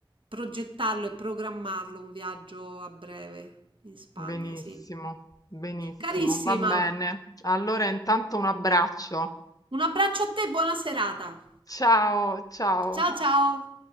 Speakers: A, on the right; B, on the left.
A: progettarlo e programmarlo un viaggio a breve in Spagna,
B: Benissimo,
A: sì.
B: benissimo,
A: Carissima,
B: va bene. Allora intanto un abbraccio.
A: un abbraccio a te, buona serata.
B: Ciao, ciao.
A: Ciao ciao.